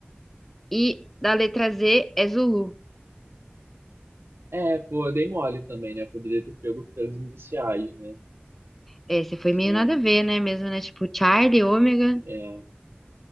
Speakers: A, in the centre; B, on the right.
A: e da letra Z é Zulu.
B: É, pô, dei mole também, né? Poderia ter pego pelos iniciais, né?
A: Esse foi meio
B: É,
A: nada a ver, né? Mesmo, né? Tipo, Charlie, Ômega.
B: é.